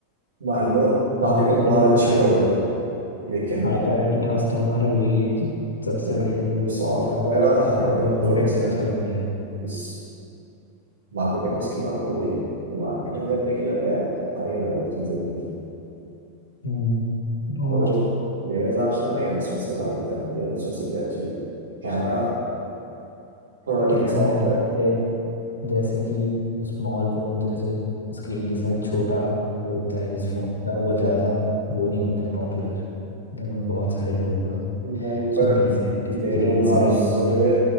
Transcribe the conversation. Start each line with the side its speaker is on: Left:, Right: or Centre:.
Right: मान लो मार्केटिंग
Left: हाँ के
Right: बहुत
Left: लिए
Right: अच्छी
Left: हाई
Right: हो गई लेकिन
Left: हाई प्रायोरिटी टास्क तो हमारा वही है कि सबसे
Right: क्या
Left: बढ़िया ओएस
Right: सॉफ्टवेयर
Left: वगैरह
Right: और हार्डवेयर पर
Left: प्रोडक्ट
Right: फोकस
Left: अच्छा
Right: करना
Left: बन
Right: है
Left: जाए
Right: इस मार्केटिंग उसके बाद हो जाएगी तो मार्केटिंग करने के लिए तो यार बहुत सारी अलग अलग चीज़ें भी हैं
Left: हम्म
Right: तो
Left: और
Right: मेरे हिसाब से हमें यंगस्टर्स को टारगेट करना है यंगस्टर्स से क्या चाहिए कैमरा थोड़ा ठीक
Left: कैमरा
Right: सॉफ्टवेयर
Left: नहीं जैसे जैसे कि स्मॉल फोन जैसे स्क्रीन की साइज छोटा होता है जिस फोन का वो ज़्यादा वो नहीं होते हैं पॉपुलर अमंग बहुत सारे लोगों का
Right: नहीं
Left: सो
Right: पर
Left: डिसेंट स्क्रीन
Right: मेरे हिसाब
Left: साइज
Right: से
Left: और